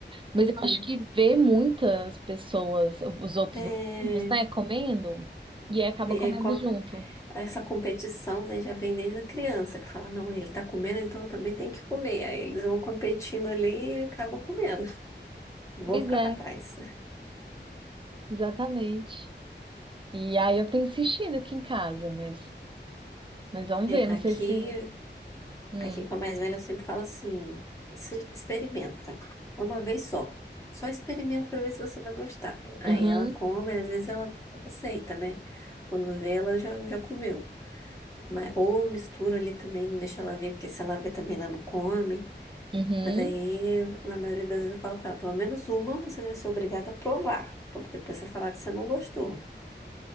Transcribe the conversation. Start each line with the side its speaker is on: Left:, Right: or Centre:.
Right: Mas
Left: Uhum.
Right: eu acho que vê muitas pessoas, os outros
Left: É,
Right: amigos, né, comendo, e aí acaba
Left: é
Right: comendo
Left: qual
Right: junto.
Left: que- essa competição, né, já vem desde a criança, que fala, não, ele tá comendo, então eu também tenho que comer. Aí eles vão competindo ali e acabam comendo. Não
Right: Pois
Left: vou ficar pra
Right: é,
Left: trás.
Right: exatamente. E aí eu tenho insistido aqui em casa, mas, mas vamos
Left: É,
Right: ver, não
Left: aqui,
Right: sei se. Hum,
Left: aqui com a mais velha, eu sempre falo assim, "Se- experimenta, uma vez só. Só experimenta pra ver se você vai gostar. Aí
Right: uhum,
Left: ela come, às vezes ela aceita, né? Quando vê, ela já, já comeu. Mas, ou misturo ali também, não deixa ela ver, porque se ela ver também ela não come.
Right: uhum.
Left: Mas aí, na maioria das vezes, eu falo com ela, pelo menos uma você deve ser obrigada a provar, pra depois você falar que você não gostou.